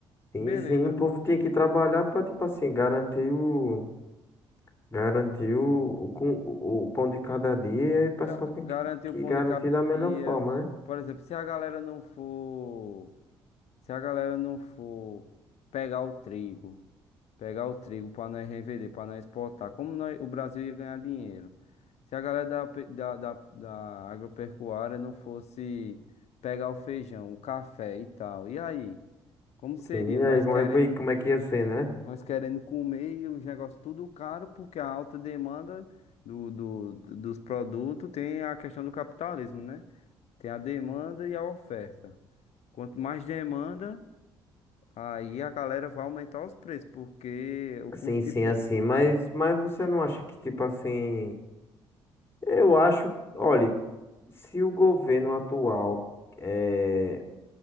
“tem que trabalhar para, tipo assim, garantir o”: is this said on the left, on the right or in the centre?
Left